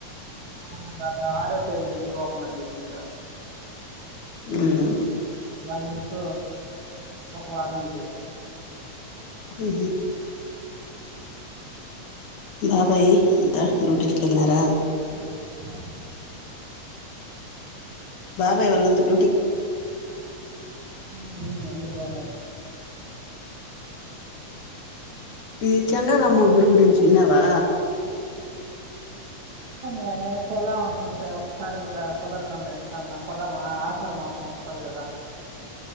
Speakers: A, on the right; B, on the left.
A: ఆ వాళ్ళు ఆరో తేదీ నుంచి ఓపెన్ అని చెప్నాడు
B: ఊమ్
A: వన్ వీక్ ఒక వారం లీవ్
B: ఊహు బాబాయి అంత డ్యూటీలకెళ్నారా
A: చూడు ఆ
B: బాబాయి వాళ్లంతను
A: ఊ ఊ అందరు బావున్నారు
B: ఇది
A: మీరు
B: చెండాలమ్మ
A: బాగున్నారా
B: గుడి గురించి విన్నావా
A: కానీ పదాం అనుకుంటే ఒకసారి కూడా కుదరడం లేదు సార్ నా పొదాం ఆషాఢ మాసం అది. కదా